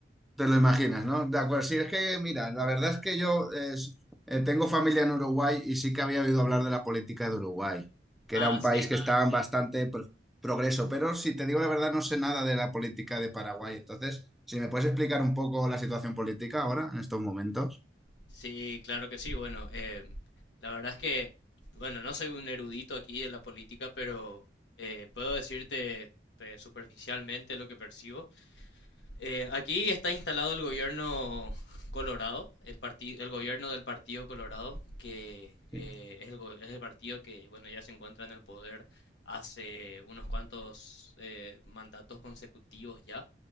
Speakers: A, in the centre; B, on the left.
A: Te lo imaginas, ¿no? De acuerdo, sí, es que, mira, la verdad es que yo eh, s- eh, tengo familia en Uruguay y sí que había oído hablar de la política de Uruguay, que
B: Ah,
A: era un
B: sí.
A: país que estaba en bastante pro- progreso, pero si te digo la verdad, no sé nada de la política de Paraguay. Entonces, si me puedes explicar un poco la situación política ahora, en estos momentos.
B: Sí, claro que sí. Bueno, eh, la verdad es que, bueno, no soy un erudito aquí de la política, pero eh, puedo decirte eh, superficialmente lo que percibo. Eh, aquí está instalado el gobierno Colorado, el partido, el gobierno del Partido Colorado, que eh,
A: Sí.
B: es el, go- es el partido que, bueno, ya se encuentra en el poder hace unos cuantos eh, mandatos consecutivos ya,